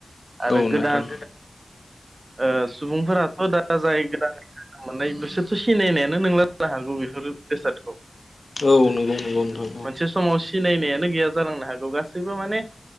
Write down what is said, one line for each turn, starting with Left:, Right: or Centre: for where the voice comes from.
Right: आरो
Left: औ
Right: गोदान
Left: नोंथां।
Right: ओ सुबुंफोराथ' दा जाय गोदान <unintelligible> मोननाय बिसोरथ' सिनायनायानो नोंला जानो हागौ बेफोरो बेसादखौ
Left: औ नंगौ नंगौ नोंथां
Right: मोनसे समाव सिनायनायानो गैया जालांनो हागौ गासैबो माने